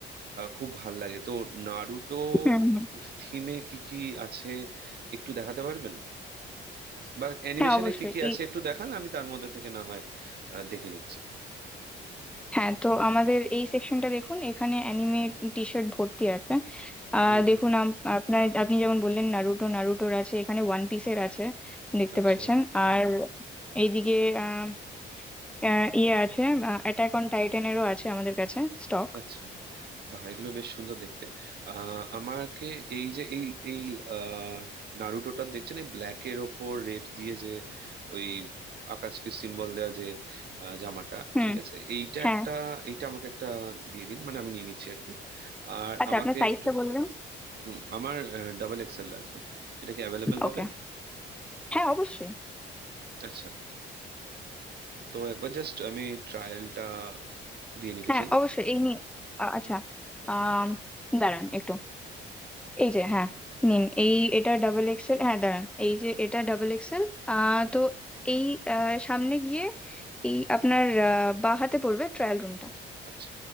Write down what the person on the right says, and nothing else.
আহ, খুব ভাল লাগে তো নারুটো
থিমে কি কি আছে একটু দেখাতে পারবেন বা অ্যানিমেশনে
কি কি আছে
একটু দেখান আমি তার মধ্যে থেকে না হয় আহ, দেখে নিচ্ছি
হুম
হুম
আচ্ছা
আচ্ছা বাহ এগুলো বেশ সুন্দর দেখতে আহ আমাকে এই যে এই এই আহ নারুটোটা দেখছেন এই ব্ল্যাকের ওপর রেড দিয়ে যে ওই আকাশকে সিম্বল দেওয়া যে আহ, জামাটা
ঠিক আছে এইটা
একটা এইটা আমাকে একটা দিয়ে দিন মানে আমি নিয়ে নিচ্ছি আর কি আর
আমাকে
একটু
হুম, আমার ডাবল এক্সেল লাগবে এটা কি অ্যাভেলেবেল
হবে
আচ্ছা তো একবার জাস্ট আমি ট্রায়ালটা দিয়ে নিতে
চাই
আচ্ছা